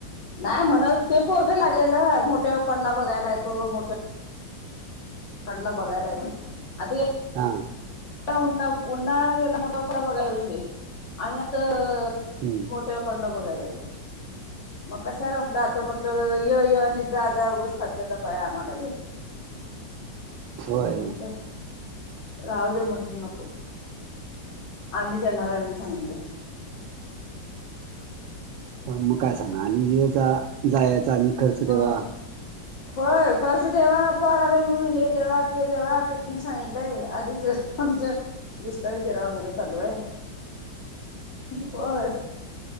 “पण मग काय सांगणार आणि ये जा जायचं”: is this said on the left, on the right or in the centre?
Right